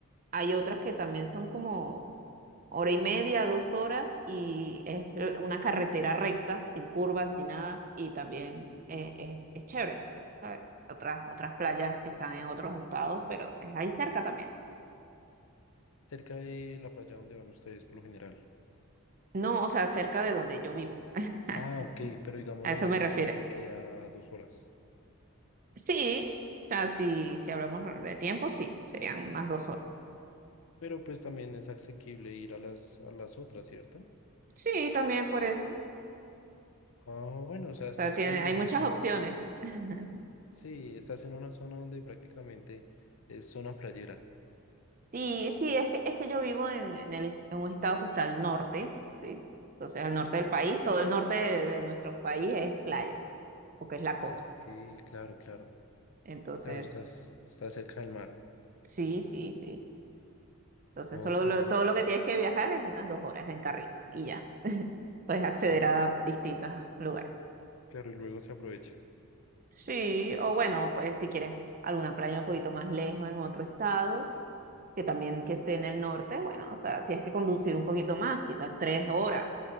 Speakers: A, on the right (about 35°); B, on the left (about 65°).
A: hay otras que también son como hora y media, dos horas y es una carretera recta, sin curvas, sin nada. Y también eh, es, es chévere, ¿sabes? Otras, otras playas que están en otros estados, pero es ahí cerca también.
B: cerca de la playa donde van ustedes por lo general.
A: No, o sea, cerca de donde yo vivo. Ah,
B: Ah, ok, pero digamos
A: A
B: la
A: eso
B: más
A: me
B: cercana
A: refiero.
B: te queda dos horas,
A: Sí, o sea, si, si hablamos de tiempo, sí, serían más dos horas.
B: pero pues también es asequible ir a las, a las otras, ¿cierto?
A: Sí, también por eso. O
B: Ah, bueno, o sea,
A: sea,
B: estás
A: tiene,
B: como en
A: hay
B: una
A: muchas
B: zona,
A: opciones. <laughs>
B: sí, estás en una zona donde prácticamente es zona playera.
A: Sí, sí, es que, es que yo vivo en, en el, en un estado que está al norte, ¿sí? Entonces, al norte del país, todo el norte de, de nuestro país es playa, porque es la costa.
B: Ok, claro, claro.
A: Entonces,
B: Claro, estás, estás cerca del mar.
A: sí, sí, sí. Entonces,
B: No,
A: solo
B: pero...
A: lo- todo lo que tienes que viajar es unas dos horas en carrito y ya, puedes acceder
B: Y lue-
A: a distintos lugares.
B: claro, y luego se aprovecha.
A: Sí, o bueno, pues si quieres alguna playa un poquito más lejos en otro estado, que también que esté en el norte, bueno, o sea, tienes que conducir un poquito más, quizás tres horas,